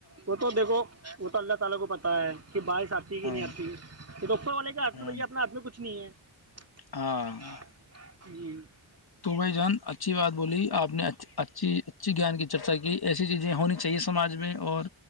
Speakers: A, on the right; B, on the left.
A: وہ تو دیکھو وہ تو دیکھو اللہ تعالی کو پتہ ہے کہ بارش اتی ہے کہ
B: ہاں
A: نہیں اتی یہ تو اوپر والے کے ہاتھ میں
B: ہاں
A: ہیں بھایا اپنے ہاتھ میں کچھ بھی نہیں ہے
B: ہاں
A: جی <inaudible>
B: تو بھائی جان اچھی بات بولی آپ نےاچھی اچ گیان کی چرچا کی ایسی چیزیں ہونی چاہیے سماج میں اور